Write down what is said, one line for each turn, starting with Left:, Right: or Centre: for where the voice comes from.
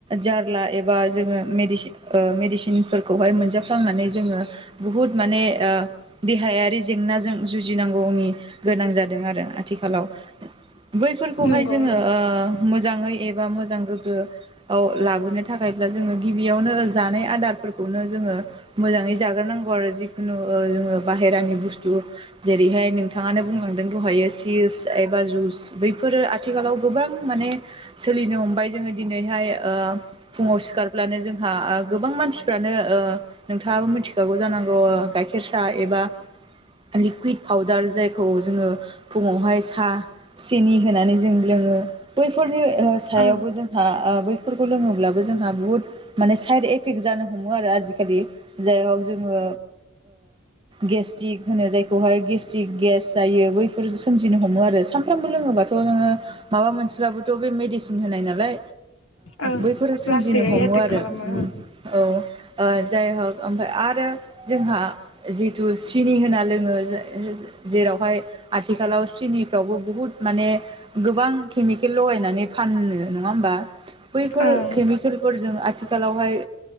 Right: जारला एबा जोङो मेदिसिन मेडिसिनफोरखौहाय मोनजाफ्लांनानै जोङो बुहुद माने देहायारि जेंनाजों जुजिनांगौनि गोनां जादों आरो आथिखालाव। बैफोरखौहाय
Left: नंगौ
Right: जोङो मोजाङै एबा मोजां गोग्गो लाबोनो थाखायब्ला जोङो गिबियावनो जानाय आदारफोरखौनो जोङो मोजाङै जाग्रोनांगौ आरो जिखुनु जोङो बाहेरानि बुस्थु जेरैहाय नोंथाङानो बुंलांदों दहायो चिप्स एबा जुस बैफोरो आथिखालाव गोबां माने सोलिनो हमबाय जोङो दिनैहाय फुङाव सिखारब्लानो जोंहा गोबां मानसिफ्रानो ओ नोंथाङाबो मिथिखागौ जानांगौ ओ गाइखेर साहा एबा लिकुइद पाउदार जायखौ जोङो फुङावहाय साहा सिनि होनानै जों लोङो। बैफोरनि सायावबो
Left: ओं
Right: जोंहा बैफोरखौ लोङोब्लाबो जोंहा बुहुद माने साइद एफेक्ट जानो हमो आरो आजिखालि जाय हक जोङो गेस्टिक होनो जायखौहाय गेस्ट्रिक गेस जायो बैफोर सोमजिनो हमो आरो। सानफ्रामबो लोङोब्लाथ' थ' नोङो माबा मोनसेबाबोथ' बे मेडिसिन होनाय नालाय
Left: ओं
Right: बैफोरो सोमजिनो
Left: लासैयै
Right: हमो
Left: एटेक
Right: आरो
Left: खालामो
Right: औ जाय हक ओमफाय आरो जोंहा जिथु सिनि होना लोङो जेरावहाय आथिखालाव सिनिफ्रावबो बुहुत माने गोबां केमिकेल लगायनानै फानो नङा होमबा। बैफोर
Left: ओं
Right: केमिकेलफोरजों आथिखालावहाय